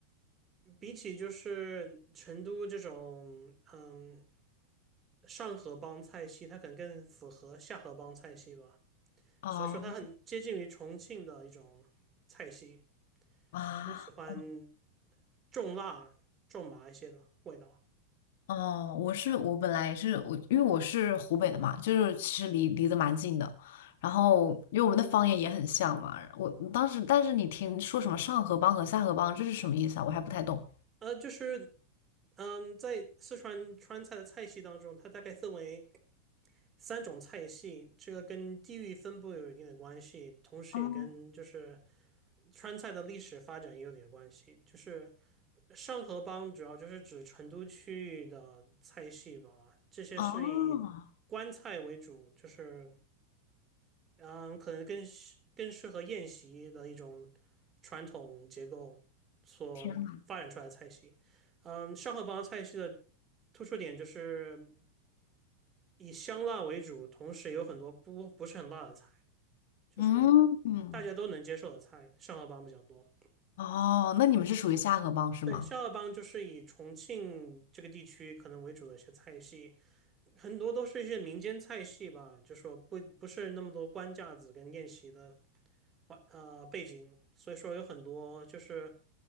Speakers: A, on the right; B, on the left.
A: 比起就是成都这种，嗯，上河帮菜系，它可能更符合下河帮菜系吧。
B: 哦
A: 所以说它很接近于重庆的一种菜系，
B: 啊。
A: 更喜欢重辣、重麻一些的味道。
B: 哦，我是我本来是我，因为我是湖北的嘛，就是其实离离得蛮近的。然后因为我们的方言也很像嘛，我当时但是你听说什么上河帮和下河帮，这是什么意思啊？我还不太懂。
A: 呃，就是嗯，在四川川菜的菜系当中，它大概分为三种菜系，这个跟地域分布有一定的关系，同时也跟就是
B: 哦，
A: 川菜的历史发展也有点关系，就是上河帮主要就是指成都区域的菜系吧，这些是以官菜为主，
B: 哦，
A: 就是嗯，可能更更适合宴席的一种传统结构所发展出来的菜系。
B: 天呐，
A: 嗯，上河帮菜系的突出点就是以香辣为主，同时有很多不不是很辣的菜，就是说
B: 嗯嗯，
A: 大家都能接受的菜，上河帮比较多。
B: 哦，那你们是属于下河帮是吗？
A: 对，下河帮就是以重庆这个地区可能为主的一些菜系，很多都是一些民间菜系吧，就说不不是那么多官架子跟宴席的呃背景，所以说有很多就是